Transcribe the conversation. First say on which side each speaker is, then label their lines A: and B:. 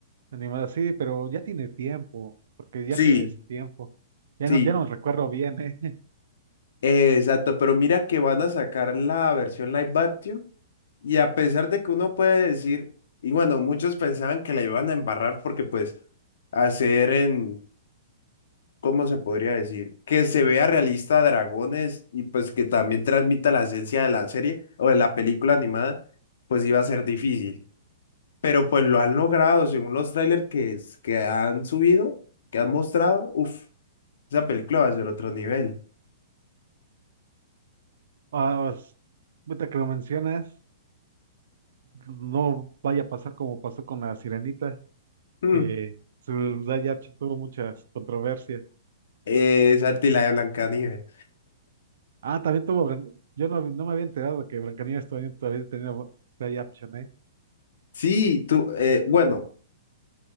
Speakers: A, on the right; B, on the left.
A: Animada, sí, pero ya tiene tiempo, porque ya
B: Sí,
A: tienes tiempo. Ya
B: Sí,
A: no, ya no recuerdo bien, ¿eh? <laughs>
B: eh, exacto. Pero mira que van a sacar la versión live action. Y a pesar de que uno puede decir, y bueno, muchos pensaban que la iban a embarrar porque pues hacer en, ¿cómo se podría decir? Que se vea realista Dragones y pues que también transmita la esencia de la serie o de la película animada, pues iba a ser difícil. Pero pues lo han logrado, según los trailers que, es- que han subido, que han mostrado, uff, esa película va a ser otro nivel.
A: Ah, s- ahorita que lo mencionas, no vaya a pasar como pasó con la Sirenita,
B: Mm,
A: que su verdad ya tu- tuvo muchas controversias.
B: eh, esa tila de Blancanieves.
A: Ah, también tuvo, Bran- yo no, no me había enterado que Blancanieves todavía, todavía tenía live action, ¿eh?
B: Sí, tú, eh, bueno,